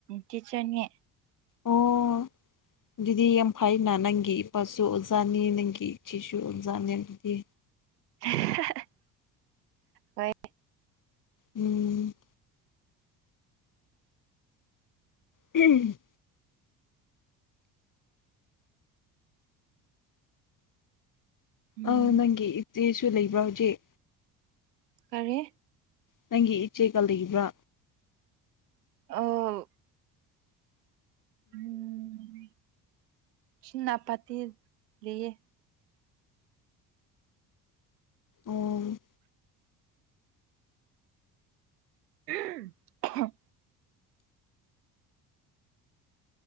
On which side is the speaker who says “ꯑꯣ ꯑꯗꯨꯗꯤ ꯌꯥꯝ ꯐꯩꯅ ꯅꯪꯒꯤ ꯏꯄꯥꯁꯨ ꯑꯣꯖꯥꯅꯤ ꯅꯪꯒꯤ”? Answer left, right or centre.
Left